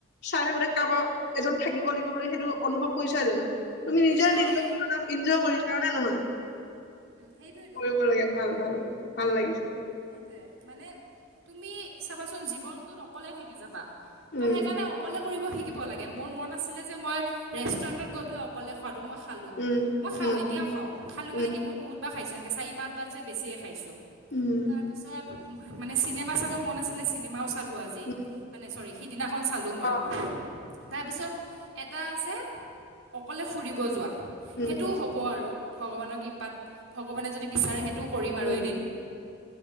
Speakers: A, on the left; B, on the right.
A: চাই থাকোতে কাৰোবাৰ এজন থাকিব লাগিব বুলি সেইটো অনুভৱ কৰিছা জানো? তুমি নিজৰ
B: নাই
A: নিজক অপ ইনজয় কৰিছা হয় নে নহয়।
B: সেইটোৱেতো
A: কৰিব লাগে ভাল ভাল ভাল লাগিছে।
B: সেইটোয়ে মানে তুমি চাবাচোন জীৱনটোত অকলে থাকি যাবা। ত'
A: উম
B: সেইকাৰণে অকলে কৰিব শিকিব লাগে মোৰ মন আছিলে যে মই ৰেষ্টুৰেণ্টত গৈ পেলাই অকলে স। মই খালোঁ।
A: উম
B: মই খাওঁ
A: উম
B: এতিয়াওঁ
A: উম
B: খাওঁ। খালোঁ
A: উম
B: মানে কি মই বহুত কা খাইছো এনেকে চাৰি পাঁচ বাতছে বেছিয়ে খাইছো
A: উম
B: তাৰপিছত মানে চিনেমা চাব মন আছিলে চিনেমাওঁ চালোঁ আজি
A: উম
B: মানে চৰি সিদিনা খন চালোঁ মই
A: অ
B: তাৰপিছত এটা আছে অকলে ফুৰিব যোৱা
A: উম
B: সেইটোও হ'ব আৰু ভগৱানৰ কৃ পাত ভগৱানে যদি বিচাৰে সেইটো কৰিম আৰু
A: উম
B: এদিন